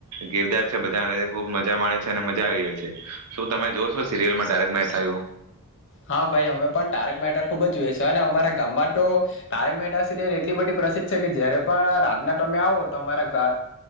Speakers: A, on the right (about 85°); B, on the left (about 55°).
A: ગિરદાર છે બધાને ખુબ મજા માણે છે. અને મજા આવી જાય છે શું તમે જો છો સિરિયલમાં તારક મહેતા એવુ?
B: હા ભાઈ અમે પણ તારક મહેતા ખુબ જ જોઈએ છે. અને અમારા ગામમાં તો તારક મહેતા સિરિયલ એટલી બધી પ્રસિદ્ધ છે કે જયારે પણ રાતના તમે આવો તો અમારા